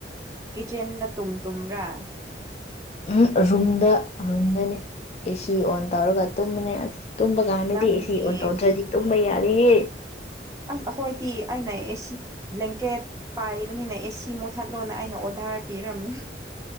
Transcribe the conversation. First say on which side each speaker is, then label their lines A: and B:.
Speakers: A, on the right; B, on the left.
A: ꯀꯤꯠꯆꯦꯟꯗ ꯇꯨꯝ ꯇꯨꯝꯕ꯭ꯔꯥ
B: ꯎꯝ ꯔꯨꯝꯗ ꯔꯨꯝꯗꯅꯦ ꯑꯦꯁꯤ ꯑꯣꯟ ꯇꯧꯔꯒ ꯇꯨꯝꯕꯅꯦ ꯑꯁ ꯇꯨꯝꯕ ꯀꯥꯟꯗꯗꯤ
A: ꯅꯪꯒꯤ
B: ꯑꯦꯁꯤ ꯑꯣꯟ ꯇꯧꯗ꯭ꯔꯗꯤ ꯇꯨꯝꯕ ꯌꯥꯗꯦꯍꯦ
A: ꯑꯁ ꯑꯩꯈꯣꯏꯗꯤ ꯑꯩꯅ ꯑꯦꯁꯤ ꯕ꯭ꯂꯦꯡꯀꯦꯠ ꯄꯥꯏꯕꯅꯤꯅ ꯑꯦꯁꯤ ꯃꯨꯠꯊꯠꯂꯣꯅ ꯑꯩꯅ ꯑꯣꯗꯔ ꯌꯥ ꯄꯤꯔꯝꯃꯤ